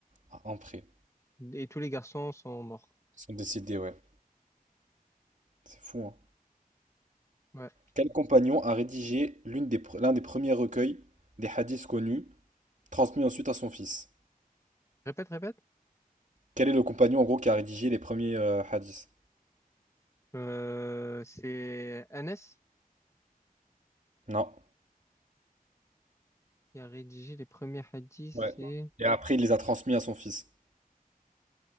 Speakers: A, on the right; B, on the left.
A: À un près.
B: Et tous les garçons sont morts.
A: Ils sont décidés, ouais. C'est fou, hein.
B: Ouais.
A: Quel compagnon a rédigé l'une des pre- l'un des premiers recueils des hadiths connus, transmis ensuite à son fils?
B: Répète, répète.
A: Quel est le compagnon, en gros, qui a rédigé les premiers euh, hadiths?
B: Euh, c'est Anas
A: Non.
B: qui a rédigé les premiers hadiths.
A: Ouais.
B: C'est
A: Et après, il les a transmis à son fils.